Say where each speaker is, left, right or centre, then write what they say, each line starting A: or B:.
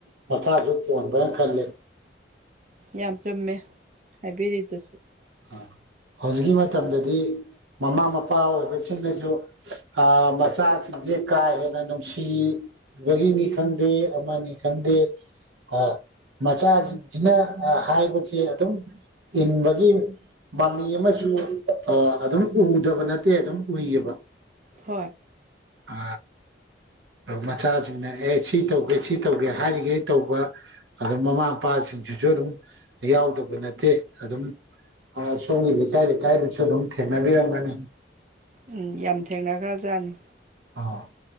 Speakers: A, on the right (about 80°); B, on the right (about 40°).
A: ꯃꯈꯥꯁꯨ ꯄꯣꯟꯕ꯭ꯔ ꯈ ꯑꯜꯂꯤ
B: ꯌꯥꯝ ꯆꯨꯝꯃꯦ ꯍꯥꯏꯕꯤꯔꯤꯗꯨꯁꯨ
A: ꯑ ꯍꯧꯖꯤꯛꯀꯤ ꯃꯇꯝꯗꯗꯤ ꯃꯃꯥ ꯃꯄꯥ ꯑꯣꯏꯕꯁꯤꯡꯅꯁꯨ ꯑ ꯃꯆꯥꯁꯤꯡꯁꯦ ꯀꯥ ꯍꯦꯟꯅ ꯅꯨꯡꯁꯤ ꯕꯒꯤꯅꯤ ꯈꯪꯗꯦ ꯑꯃꯅꯤ ꯈꯪꯗꯦ ꯍꯣꯏ ꯃꯆꯥꯖꯤꯡꯁꯤꯅ ꯍꯥꯏꯕꯁꯦ ꯑꯗꯨꯝ ꯏꯟꯕꯒꯤ ꯃꯃꯤ ꯑꯃꯁꯨ ꯑ ꯑꯗꯨꯝ ꯎꯗꯕ ꯅꯠꯇꯦ ꯑꯗꯨꯝ ꯎꯏꯌꯦꯕ
B: ꯍꯣꯏ
A: ꯑ ꯃꯆꯥꯁꯤꯡꯅ ꯑꯦ ꯁꯤ ꯇꯧꯒꯦ ꯁꯤ ꯇꯧꯒꯦ ꯍꯥꯏꯔꯤꯒꯩ ꯇꯧꯕ ꯑꯗꯨꯝ ꯃꯃꯥ ꯃꯄꯥꯁꯤꯡ ꯁꯤꯡꯁꯤꯁꯨ ꯑꯗꯨꯝ ꯌꯥꯎꯗꯕ ꯅꯠꯇꯦ ꯑꯗꯨꯝ ꯑ ꯁꯣꯝꯒꯤ ꯂꯩꯀꯥꯏ ꯂꯩꯀꯥꯏꯗꯁꯨ ꯑꯗꯨꯝ ꯊꯦꯡꯅꯕꯤꯔꯝꯒꯅꯤ
B: ꯎꯝ ꯌꯥꯝ ꯊꯦꯡꯅꯒꯔ꯭ꯖꯥꯅꯤ
A: ꯑꯥ